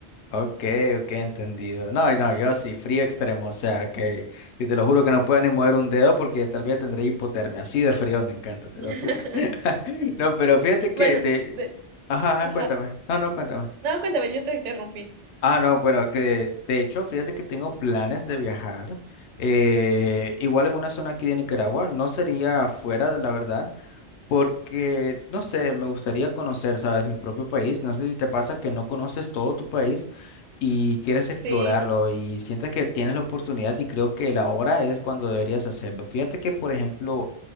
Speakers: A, on the left; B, on the right.
A: Ok, ok, entendido. No, no, yo sí, frío extremo, o sea, que y te lo juro que no puedo ni mover un dedo porque tal vez tendré hipotermia. Así de frío me encanta, te
B: <laughs>
A: lo juro. <laughs> No, pero fíjate que
B: Bueno,
A: de...
B: de-
A: Ajá, ajá,
B: ajá.
A: cuéntame. No, no, cuéntame.
B: No, cuéntame, yo te interrumpí.
A: Ah, no, bueno, que de hecho, fíjate que tengo planes de viajar, eh, igual en una zona aquí de Nicaragua, no sería afuera, la verdad, porque, no sé, me gustaría conocer, ¿sabes? Mi propio país. No sé si te pasa que no conoces todo tu país y quieres
B: Sí.
A: explorarlo y sientes que tienes la oportunidad y creo que la hora es cuando deberías hacerlo. Fíjate que, por ejemplo,